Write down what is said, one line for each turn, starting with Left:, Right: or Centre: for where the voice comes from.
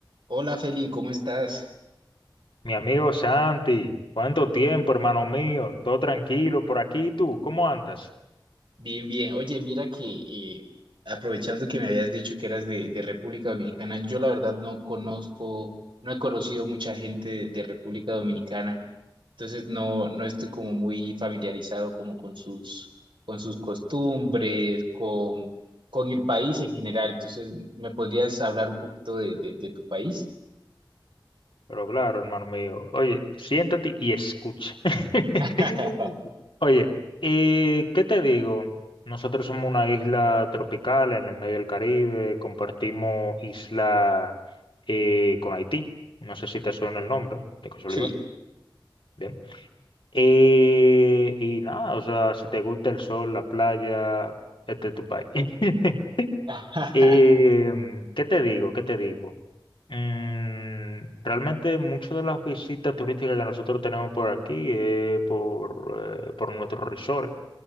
Right: Hola Feli, ¿cómo estás?
Left: Mi amigo Santi, ¿cuánto tiempo, hermano mío? Todo tranquilo por aquí, ¿y ¿tú? ¿Cómo andas?
Right: Bien, bien. Oye, mira que eh, aprovechando que me habías dicho que eras de, de República Dominicana, yo la verdad no conozco, no he conocido mucha gente de, de República Dominicana, entonces no, no estoy como muy familiarizado como con sus, con sus costumbres, con, con el país en general. Entonces, ¿me podrías hablar un poquito de, de, de tu país?
Left: Pero claro, hermano mío, oye, siéntate y escucha. <laughs>
Right: <laughs>
Left: Oye, eh, ¿qué te digo? Nosotros somos una isla tropical en el medio del Caribe, compartimos isla eh, con Haití. No sé si te suena el nombre, de casualidad.
Right: Sí.
Left: Bien. Eh, y nada, o sea, si te gusta el sol, la playa, este es tu país. <laughs>
Right: <laughs>
Left: Em, ¿qué te digo? ¿Qué te digo? Mm, realmente muchas de las visitas turísticas que nosotros tenemos por aquí es por, eh, por nuestros resorts,